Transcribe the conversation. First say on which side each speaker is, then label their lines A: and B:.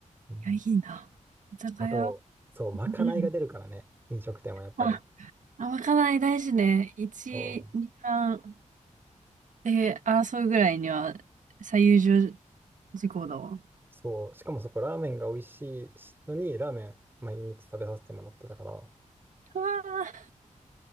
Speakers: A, on the right (about 15°); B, on the right (about 75°).
A: うん
B: や、いいな。居酒屋。
A: あと、そう、まかないが出るからね、
B: うん。
A: 飲食店はやっぱり。
B: あ、あまかない大事ね。1、
A: そう、
B: 2番で争うぐらいには最優秀事項だわ。
A: そう、しかもそこ、ラーメンが美味しいのに、ラーメン毎日食べさせてもらってたから、
B: うわあ、